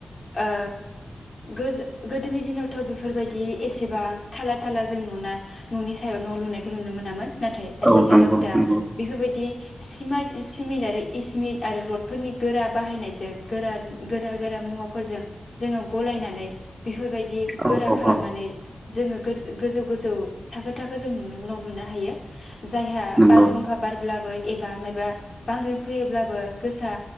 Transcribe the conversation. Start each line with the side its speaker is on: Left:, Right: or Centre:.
Left: ओ गोजो गोदोनि दिनावथ' बेफोरबायदि एसेबां थाला थाला जों न'ना न'नि सायाव न' लुनायखौ नुनो मोनामोन नाथाय आथिखालाव
Right: औ नंगौ
Left: दा
Right: नंगौ
Left: बेफोरबायाददि सिमाइट सिमेन्टारि इसमिन्ट आरो रडफोरनि गोरा बाहायनायजों गोरा गोरा गोरा मुवाफोरजों जोङो गलायनानै बेफोरबायदि बिदि
Right: औ
Left: गोरा
Right: औ
Left: खालामनानै
Right: औ
Left: जोङो गोजौ गोजौ थाखो थाखो जों न' लुनो हायो। जायहा
Right: नंगौ
Left: बारहुंखा बारब्लाबो एबा मायबा बांग्रि फैयोब्लाबो गोसा